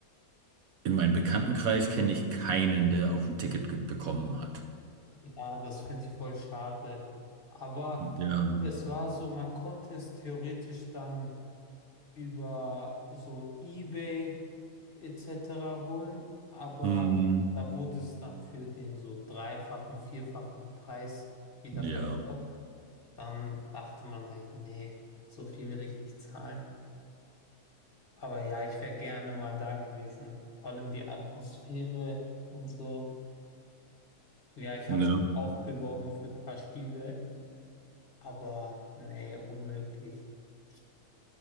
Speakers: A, on the right; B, on the left.
A: in meinem Bekanntenkreis kenne ich keinen, der auch ein Ticket ge- bekommen hat.
B: ja, das finde ich voll schade. Aber
A: Ja,
B: es war so, man konnte es theoretisch dann über so eBay etc. holen, aber
A: mm,
B: da wurde es dann für den so dreifachen, vierfachen Preis wieder
A: ja,
B: verkauft. Dann dachte man sich, nee, so viel will ich nicht zahlen. Aber ja, ich wäre gerne mal da gewesen. Vor allem die Atmosphäre und so. Ja, ich
A: ne?
B: hatte mich auch beworben für ein paar Spiele, aber nee, unmöglich. Ich